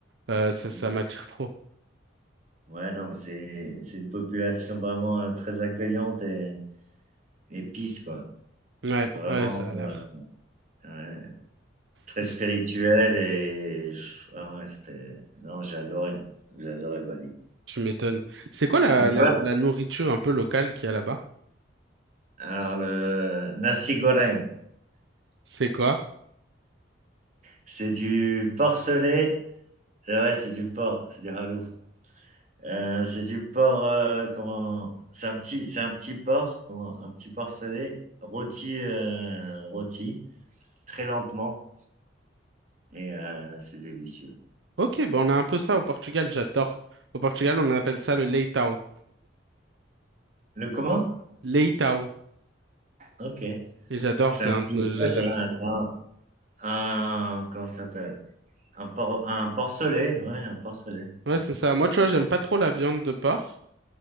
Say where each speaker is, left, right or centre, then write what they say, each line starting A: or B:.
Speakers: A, on the right; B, on the right.
A: Euh, ça,
B: Mmh
A: ça m'attire trop.
B: Ouais, non, mais c'est c'est une population vraiment, heu, très accueillante et et peace, quoi.
A: Ouais,
B: Vraiment,
A: ouais, ça a
B: ouais,
A: l'air.
B: ouais,
A: <laughs>
B: très spirituelle et pff, ah ouais, c'était non, j'ai adoré, j'ai adoré Bali.
A: Tu m'étonnes. C'est quoi la,
B: Mais tu
A: la,
B: vois?
A: la nourriture un peu locale qu'il y a là-bas?
B: Alors le nasi goreng.
A: C'est quoi?
B: C'est du porc selé. C'est ouais, c'est du porc, c'est des halous. Euh, c'est du porc, euh, comment, c'est un petit, c'est un petit porc, comment, un petit porc selé, rôti, euh, rôti, très lentement, et euh, c'est délicieux.
A: Ok, ben on a un peu ça au Portugal, j'adore. Au Portugal, on appelle ça le leitão.
B: Le comment?
A: Leitão.
B: Ok.
A: Et j'adore,
B: C'est
A: c'est
B: un
A: un...
B: petit,
A: j'ai-
B: ouais,
A: j'aime
B: c'est
A: trop.
B: un, c'est un, un- comment ça s'appelle? Un porc, un porc selé, ouais, un porc selé.
A: Ouais,
B: Ouais.
A: c'est ça. Moi, tu vois, j'aime pas trop la viande de porc.